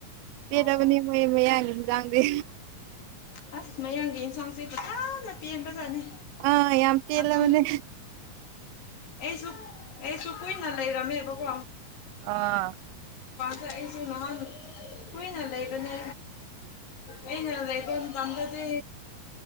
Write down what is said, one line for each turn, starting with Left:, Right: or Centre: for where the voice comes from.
Right: ꯄꯦꯗꯕꯅꯦꯝ
Left: ꯑꯣ
Right: ꯃꯦꯝꯃ ꯌꯥꯉ ꯆꯥꯡꯗꯦ
Left: ꯑꯁ ꯃꯌꯥꯡꯒꯤ ꯌꯦꯟꯁꯥꯡꯁꯦ ꯐꯖꯅ ꯄꯦꯟꯕ ꯖꯥꯠꯅꯤ
Right: ꯑꯥ ꯌꯥꯝ ꯄꯦꯜꯂꯕꯅꯦ
Left: ꯑꯣ ꯑꯩꯁꯨ ꯑꯩꯁꯨ ꯀꯨꯏꯅ ꯂꯩꯔꯝꯃꯦꯕꯀꯣ
Right: ꯑꯥ
Left: ꯁꯤꯗ ꯑꯩꯁꯨ ꯅꯍꯥꯟ ꯀꯨꯏꯅ ꯂꯩꯕꯅꯦ ꯑꯩꯅ ꯂꯩꯕ ꯁꯝꯕꯗꯤ